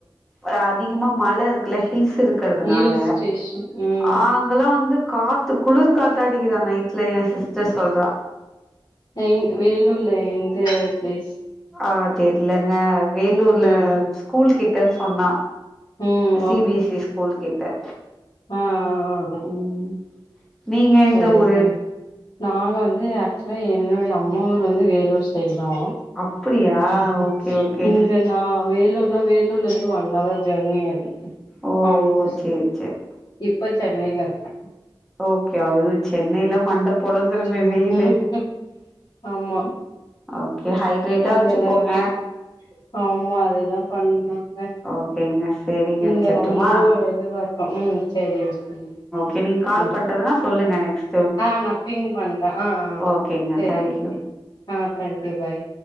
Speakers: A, in the centre; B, on the left.
A: அ அதிகமா மல இருக்குல்ல ஹில்ஸ் இருக் கறதுனால
B: ஹில் ஸ்டேஷன் ம்
A: ஆங் அங்கல்லா வந்து காத்து குளிர் காத்தாடிக்கிதா நைட்ல எ சிஸ்டர் சொல்றா
B: எங் வேலூர்ல எந்த ப்ளேஸ்
A: அ தெர்லங்க வேலூர்ல
B: ம்
A: ஸ்கூல்கிட்டன் சொன்னா
B: ம்
A: C B S C school கிட்ட
B: ம்
A: ம் நீங்க எந்த
B: சரி
A: ஊரு
B: சர் நாங்க வந்து ஆக்சுலா என்னுடைய அம்மா ஊர் வந்து வேலூர் சைடு தா
A: அப்டியா
B: ம்ம்
A: ஓகே ஓகே
B: இங்க நா வேலூர்னா வேலூர்லர்ந்து ஒன் அவர் ஜர்னி வந்து
A: ஓ
B: ஆம்பூர் சைட்
A: சேரி சேரி
B: இப்ப சென்னைலருக்கே
A: ஓகே அவு சென்னைல மண்ட பொளந்துருமே
B: ம்
A: வெய்லு
B: ஆமா
A: ஓகே ஹைட்ரேட்டா
B: அங்கதா
A: வச்சுக்கோங்க
B: இருக்கே ஆமா அதுதா பண்ணனுங்க
A: ஓகேங்க சேரிங்க
B: இங்க
A: வச்சர்ட்டுமா
B: ரொம்போ இதுவாருக்கோ ம் சேரி ஓகே
A: கே நீங்க கால்
B: ம்
A: பண்றதுனா சொல்லுங்க நெக்ஸ்
B: ஆ நா பிங் பண்றே ஆ ஆ
A: ஓகேங்க
B: சேரி
A: தேங்க்யூ
B: ஓகே ஆ தேங்க்யூ பாய்